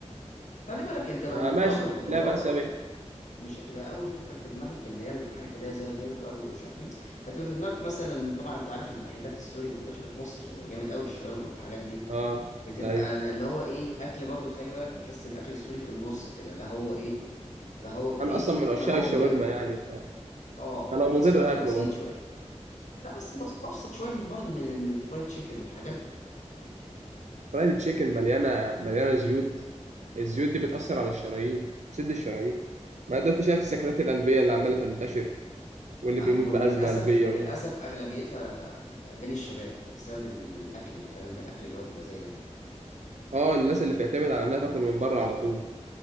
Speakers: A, on the left; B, on the right.
A: خلي بالك انت لو
B: آه
A: مضطر
B: ماشي
A: وتبقى
B: لا
A: بره
B: بأس به
A: مش هتبقى اول فكره في دماغك اللي هي الحاجات اللي هي زي برجر ومش عارف ايه هتبقى في دماغك مثلا طبعا انت عارف المحلات السوري منتشره في مصر جامد قوي الشاورما والحاجات دي
B: اه
A: بتبقى
B: ايوه
A: اللي هو ايه اكل برضو خلي بالك بحس الاكل السوري في النص كده لا هو ايه لا هو بيتي
B: انا اصلا من
A: ولا
B: عشاق
A: هو
B: الشاورما
A: مضر
B: يعني
A: برضه
B: ف...
A: اه
B: فلو
A: بحسه
B: مضر
A: اكل
B: هاكله
A: بسيط
B: برضه
A: شويه لا بس بس ابسط شويه من برضه من من الفرايد تشيكن والحاجات دي
B: فرايد تشيكن مليانه مليانه زيوت الزيوت دي بتاثر على الشرايين بتسد الشرايين ما ده انت شايف السكتات القلبيه اللي عماله تنتشر واللي
A: مم. ما-
B: بيموت بازمه
A: وللاسف
B: قلبيه
A: وللاسف
B: و...
A: اغلبيتها بين الشباب بسبب الاكل والكلام ده الاكل اللي هو بيبقى زي ده
B: اه الناس اللي بتعتمد على انها تاكل من بره على طول